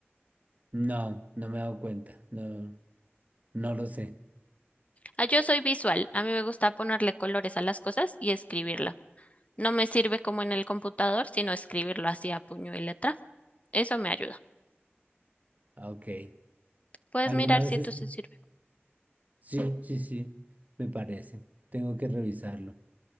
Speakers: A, on the right; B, on the left.
A: No, no me he dado cuenta, no, no lo sé.
B: Ah, yo soy visual. A mí me gusta ponerle colores a las cosas y escribirlo. No me sirve como en el computador, sino escribirlo así a puño y letra. Eso me ayuda.
A: Ah, Ok.
B: Puedes
A: Algunas
B: mirar
A: veces,
B: si esto se sirve.
A: sí, sí, sí, me parece. Tengo que revisarlo.